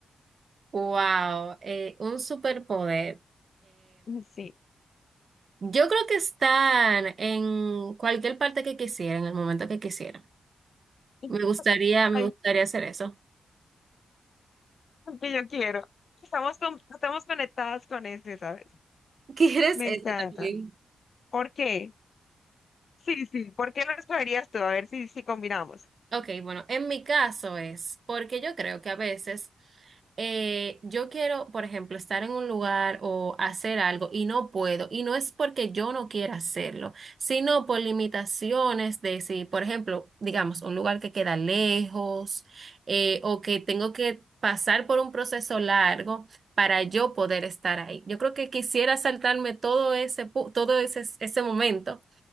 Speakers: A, on the right; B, on the left.
A: Wow, eh, un superpoder.
B: Sí.
A: Yo creo que están en cualquier parte que quisiera, en el momento que quisiera.
B: <laughs>
A: Me gustaría, me
B: Ay,
A: gustaría hacer eso.
B: el que yo quiero. Estamos, con- estamos conectadas con ese, ¿sabes?
A: <laughs> ¿Quieres
B: Me
A: eso
B: encantan.
A: también?
B: ¿Por qué? Sí, sí. ¿Por qué lo escogerías tú? A ver si, si combinamos.
A: Ok, bueno, en mi caso es porque yo creo que a veces eh, yo quiero, por ejemplo, estar en un lugar o hacer algo y no puedo, y no es porque yo no quiera hacerlo, sino por limitaciones de si, por ejemplo, digamos, un lugar que queda lejos eh, o que tengo que pasar por un proceso largo para yo poder estar ahí. Yo creo que quisiera saltarme todo ese, pu- todo ese, ese momento